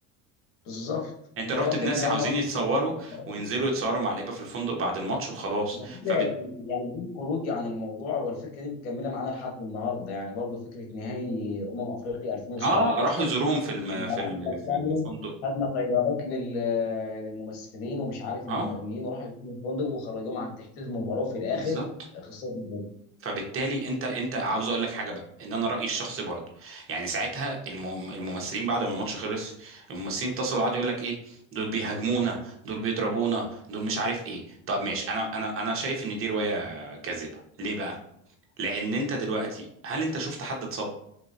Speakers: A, on the left; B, on the right.
A: بالظبط
B: انت
A: انت
B: رحت
A: رحت
B: بناس
A: بناء
B: عاوزين
A: هم راحوا
B: يتصوروا
A: بناء بالمشجعين.
B: وينزلوا يتصوروا مع لعيبه في الفندق بعد الماتش وخلاص
A: على فكرة
B: فبت...
A: يعني كده يعني بدون خروجي عن الموضوع والفكره دي مكمله معانا لحد النهارده يعني برضه فكره نهائي امم افريقيا 2017
B: اه راحوا يزوروهم في الم...
A: لما
B: في
A: لعبنا
B: ال...
A: الكاميرون
B: في الفندق
A: خدنا طيارات لل- للممثلين ومش عارف
B: اه
A: المغنيين وراحوا يكونوا فندق وخرجوهم عن تشتيت المباراه وفي الاخر
B: بالظبط
A: خسرنا برضه
B: فبالتالي انت انت عاوز اقول لك حاجه بقى ان انا رايي الشخصي برضه يعني ساعتها الم... الممثلين بعد ما الماتش خلص الممثلين اتصلوا قعدوا يقول لك ايه دول بيهاجمونا دول بيضربونا دول مش عارف ايه طب ماشي انا انا انا شايف ان دي روايه كاذبه ليه بقى لان انت دلوقتي هل انت شفت حد اتصاب